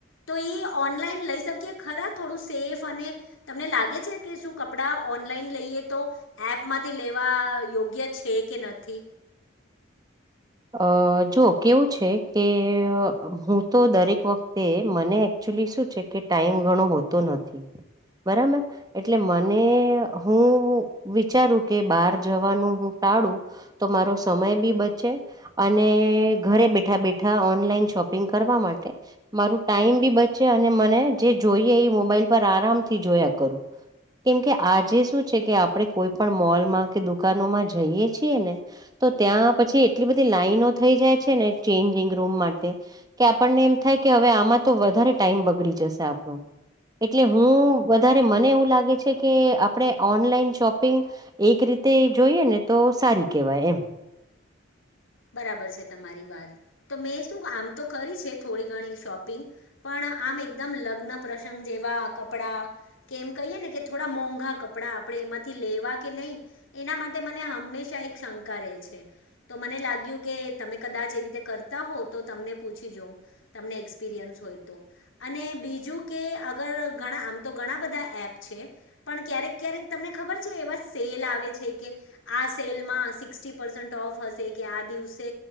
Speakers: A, on the left; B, on the right.
A: તો એ ઓનલાઈન લઈ શકીએ ખરા થોડું સેફ અને તમને લાગે છે કે શું કપડાં. ઓનલાઈન લઈએ તો એપ માંથી લેવા યોગ્ય છે કે નથી.
B: અ જો કેવું છે કે હું તો દરેક વખતે મને. એકચુલી શું છે કે ટાઈમ ઘણો હોતો નથી. બરાબર એટલે મને હું વિચારું કે બાર જવાનું. કાળુ તો મારો સમય બી બચે. અને ઘરે બેઠા બેઠા ઓનલાઈન શોપિંગ કરવા માટે મારું ટાઈમ બી. છે અને મને જે જોઈએ એ મોબાઈલ પર આરામ થી જોયા કરું. કેમકે આજે શું છે કે આપણે કોઈ પણ મોલમાં કે દુકાનોમાં જઈયએ છીએ ને. તો ત્યાં પછી. એટલી બધી લાાઈનો થઈ જાય છે ને ચેન્જિંગ રૂમ માટે કે આપણને એમ થાય કે હવે આમાં તો. વધારે ટાઈમ બગડી જશે આપણો. એટલે હું વધારે મને એવું લાગે છે કે આપણે ઓનલાઈન શોપિંગ એક રીતે. તે જોઈએ ને તો સારી કહેવાય એમ.
A: બરાબર છે તમારી વાત તો મેં શું આમ તો કરી છે થોડી ઘણી શોપિંગ પણ. આમ એકમ લગ્ન પ્રસંગ જેવા કપડા કે એમ કહીએ ને કે થોડા મોંઘા કપડા આપ. આપડે એમાંથી લેવા કે નહીં એના માટે મને હંમેશા એક શંકા રહે છે તો મને લાગિયું કે તમે કદાચ એવી રીતે કરતા હો તો તમને પૂછી જ તમને એક્સપિરિયન્સ હોય તો. અને બીજું કે અગર ઘણા આમ તો ઘણા બધા એપ છે પણ ક્યારેક ક્યારેક તમે ખબર છે એવા સેલ આવે છે કે આ સેલમાં સિક્સટી પરસેંટ ઓફ હશે કે આ દિવસે